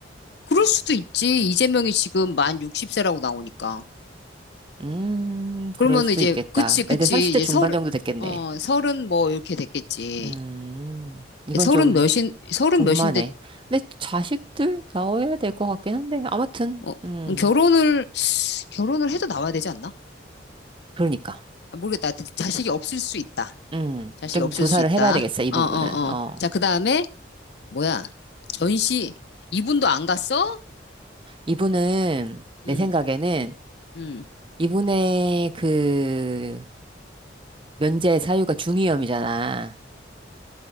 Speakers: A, on the left; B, on the right.
A: 그럴 수도 있지. 이재명이 지금 만 60세라고 나오니까.
B: 음,
A: 그러면
B: 그럴 수도
A: 이제,
B: 있겠다.
A: 그치, 그치.
B: 애들 30대
A: 이제
B: 중반
A: 서른,
B: 정도 됐겠네.
A: 어, 서른 뭐 이렇게 됐겠지.
B: 음, 이건
A: 서른
B: 좀
A: 몇인, 서른
B: 궁금하네.
A: 몇인데,
B: 근데 자식들 나와야 될 것 같긴 한데, 아무튼,
A: 어,
B: 음,
A: 음, 결혼을, 결혼을 해도 나와야 되지 않나?
B: 그러니까.
A: 아, 모르겠다. 자- 자식이 없을 수 있다.
B: 음,
A: 자식이
B: 좀
A: 없을
B: 조사를
A: 수 있다.
B: 해봐야 되겠어, 이
A: 어,
B: 부분은.
A: 어,
B: 어.
A: 어. 자, 그 다음에, 뭐야. 전시, 이분도 안 갔어?
B: 이분은,
A: 응,
B: 내 생각에는,
A: 응.
B: 이분의 그, 면제 사유가 중이염이잖아.